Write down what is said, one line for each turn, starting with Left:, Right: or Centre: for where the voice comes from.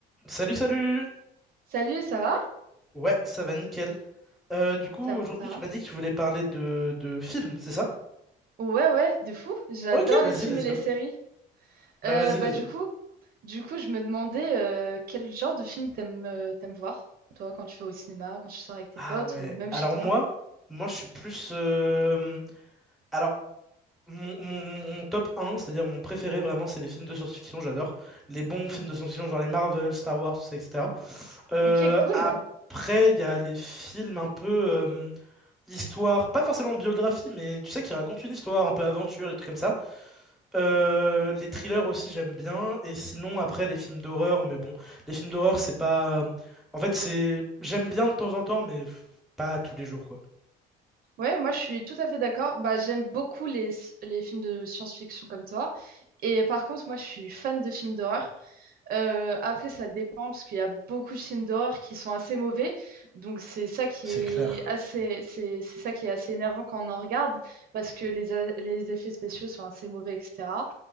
Centre: Salut, salut!
Right: Salut, ça va?
Centre: Ouais, ça va nickel. Euh, du coup,
Right: Ça
Centre: aujourd'hui,
Right: va, ça
Centre: tu
Right: va.
Centre: m'as dit que tu voulais parler de, de films, c'est ça?
Right: Ouais, ouais, de fou. J'adore
Centre: Ok, vas-y,
Right: les films
Centre: let's
Right: et les
Centre: go.
Right: séries.
Centre: Bah,
Right: Euh,
Centre: vas-y,
Right: bah
Centre: let's
Right: du
Centre: go.
Right: coup, du coup, je me demandais euh, quel genre de film t'aimes euh, t'aimes voir, toi, quand tu vas au cinéma, quand tu sors avec tes
Centre: Ah
Right: potes
Centre: ouais,
Right: ou même
Centre: alors
Right: chez toi.
Centre: moi, moi, je suis plus... euh, Alors, mon, mon- mon top un c'est-à-dire mon préféré vraiment, c'est les films de science-fiction, j'adore. Les bons films de science-fiction, genre les Marvel, Star Wars, tout ça, etc. Euh,
Right: Ok, cool.
Centre: après, il y a les films un peu euh, histoire, pas forcément biographie, mais tu sais, qui racontent une histoire, un peu aventure, des trucs comme ça. Euh, les thrillers aussi j'aime bien et sinon après les films d'horreur mais bon les films d'horreur c'est pas en fait c'est j'aime bien de temps en temps mais f- pas tous les jours quoi
Right: Ouais, moi je suis tout à fait d'accord. Bah j'aime beaucoup les, les films de science-fiction comme toi. Et par contre, moi je suis fan de films d'horreur. Euh, après, ça dépend parce qu'il y a beaucoup de films d'horreur qui sont assez mauvais. Donc, c'est ça qui
Centre: c'est
Right: est
Centre: clair
Right: assez, c'est, c'est ça qui est assez énervant quand on en regarde parce que les, a- les effets spéciaux sont assez mauvais, etc.